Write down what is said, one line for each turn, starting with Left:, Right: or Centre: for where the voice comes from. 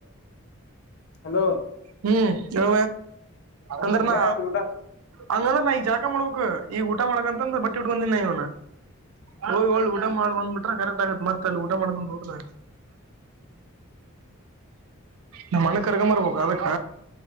Left: ಹಲೋ
Right: ಹ್ಮ್ ಚಲ
Left: ಹ್ಮ್
Right: ಅಂದ್ರನಾ
Left: ಏನಾಯ್ತು ಊಟ
Right: ಹಂಗಂದ್ರ ನಾ ಈಗ್ ಜಾಕ ಮಾಡ್ಬೇಕಕ್ ಈಗ ಊಟ ಮಾಡಕಂತಂದ ಬಟ್ಟಿ ಉಟ್ಕೊಂಡಿನ ಇವ್ನ ಹೋಗ್ಳ್ಳ ಊಟ ಮಾಡ್ ಬಂದ್ಬಿಟ್ರ ಕರೆಕ್ಟ್ ಆಗತ್ತ್ತೆ ತಲಊಟ ಮಾಡ ತ ನ ಮಣು ಕರ್ಗ ಮಾರ ಬಗ ಅದಕ್ಕ